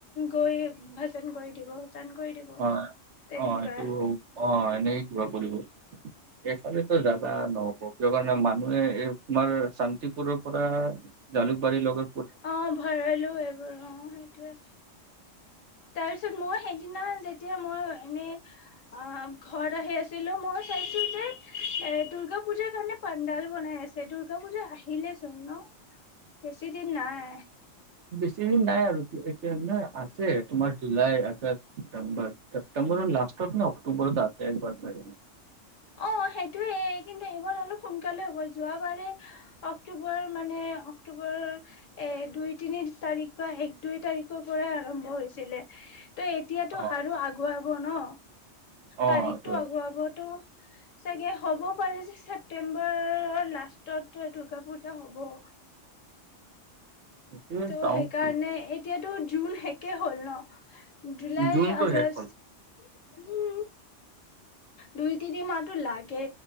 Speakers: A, on the left (about 75°); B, on the right (about 65°).
A: গৈ ভেচন কৈ দিব ভাজান কৰি দিব
B: অ
A: তেনেকুৱা
B: অ এইটো হয় অ এনেই ক কৰিব এইফালেতো জাগা নাই কেতিয়াবা ইমান মানু মানে এই তোমাৰ শান্তিপুৰৰ পৰা জালুকবাৰীৰ লগে।
A: অ' ভৰলো এইবোৰ, অ' সেইটোয়ে, তাৰপিছত মই সেইদিনা যেতিয়া মই এনে অ' ঘৰত আহি আছিলো, মই চাইছো যে এ দূৰ্গা পুজাৰ কাৰণে পাডাল বনাই আছে দূৰ্গা পুজা আহিলেচোন ন বেছি দিন‌‌ নাই।
B: বেছি দিন নাই আৰু। এতিয়া নে আছে তোমাৰ জুলাই পে ছেপটেম্বৰ লাষ্টত নে অক্টটোবৰত আছে একবাৰ চাগে
A: অ' সেইটোয়েই কিন্তু এইবোৰ অলপ সোনকালে হ'ব যোৱাবাৰে অক্টোবৰ মানে অক্টোবৰৰ এ দুই তিনি তাৰিখ বা এক দুই তাৰিখৰ পৰা আৰম্ভ হৈছিলে। ত এতিয়াতটো
B: অ
A: আৰু আগুৱ হব ন।
B: অ
A: তাৰিখটো
B: এইটোৱে
A: আগুৱাব। চাগে, হ'ব পাৰি ছেপ্তেম্বৰ লাষ্টত দূৰ্গা পুজা হ'ব।
B: এইটোৱে
A: ত'
B: চাওঁ
A: সেইকাৰণে
B: কি
A: এতিয়াতো জোন সেকে হ'ল ন। জুলাই
B: জুনটো
A: আগষ্ট
B: শেষ হ'ল
A: উম। দুই তিনি মাহটো লাগে,